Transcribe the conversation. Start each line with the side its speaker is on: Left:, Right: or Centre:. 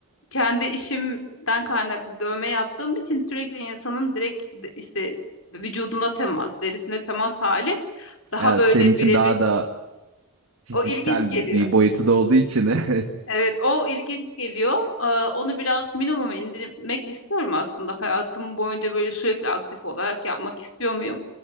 Left: kendi işimden kaynaklı dövme yaptığım için sürekli insanın direkt de- işte vücuduna temas, derisine temas hali daha
Right: e,
Left: böyle
Right: senin
Left: birebir
Right: için daha da fiziksel
Left: o ilginç geliyor.
Right: bir boyutu da olduğu için <laughs> evet.
Left: Evet, o ilginç geliyor. Ee, onu biraz minimum indirmek istiyorum aslında. Hayatım boyunca böyle sürekli aktif olarak yapmak istiyor muyum?